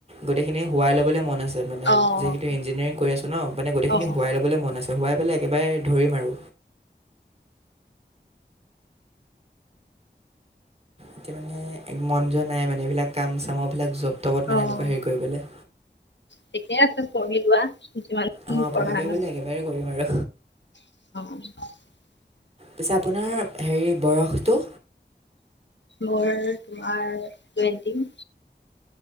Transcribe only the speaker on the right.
গোটেইখিনি হুৱাই লবলে মন আছে। জব মানে
<unintelligible> ইঞ্জিনিয়াৰিং কৰি আছোঁ ন, মানে গোটেখিনি
হোৱাই ল'বলৈ মন আছে হোৱাই পেলাই একেবাৰে ধৰিম আৰু। এতিয়া মানে মন যোৱা নাই মানে, এইবিলাক কাম চামৰ বিলাক জব তবত মানে
এনেকুৱা হেৰি কৰিবলৈ।
অঁ পঢ়ি
কৰি
বুলি একেবাৰে কৰিম আৰু
পিছে আপোনাৰ হেৰি বয়সটো?